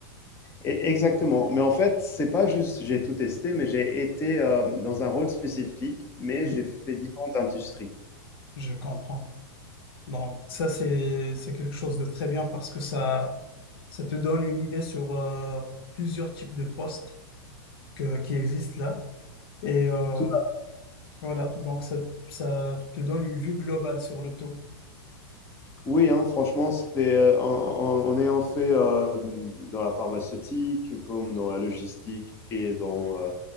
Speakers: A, on the left; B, on the left.
A: E- exactement. Mais en fait, c'est pas juste j'ai tout testé, mais j'ai été euh, dans un rôle spécifique, mais
B: Oui,
A: j'ai fait différentes industries.
B: je comprends. Donc ça, c'est, c'est quelque chose de très bien parce que ça, ça te donne une idée sur euh, plusieurs types de postes que- qui existent là. Et euh,
A: Tout
B: voilà, donc ça, ça te donne une vue globale sur le tout.
A: Oui, hein, franchement, c'est euh, en, en- en ayant fait euh, dans la pharmaceutique, comme dans la logistique et dans, euh,